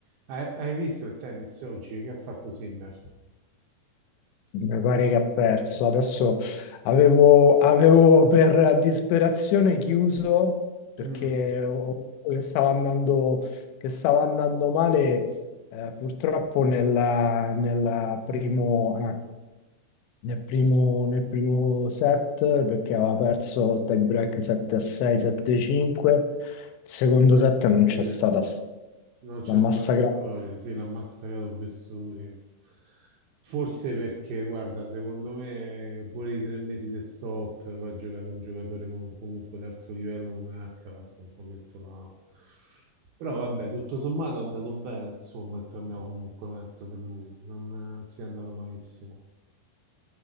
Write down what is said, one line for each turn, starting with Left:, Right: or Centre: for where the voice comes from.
Right: hai, hai visto il tennis oggi che ha fatto Sinner?
Left: Mi pare che ha perso. Adesso avevo, avevo per disperazione chiuso perché
Right: Mm,
Left: ho- che stava andando, che stava andando male eh, purtroppo nel, nel primo... ah, Nel primo, nel primo set perché aveva perso il tie break 7-6, 7-5. Il secondo set non
Right: capito.
Left: c'è stata s-
Right: Non c'è
Left: la massacrata.
Right: stata storia, sì, l'ha massacrato, ho visto pure io. Forse perché, guarda, secondo me pure i tre mesi di stop, poi giocare con un giocatore con- comunque di alto livello come Alcaraz, è un pochetto la... Però vabbè, tutto sommato è andato bene, insomma, il torneo comunque, penso, per lui. Non, non sia andato malissimo.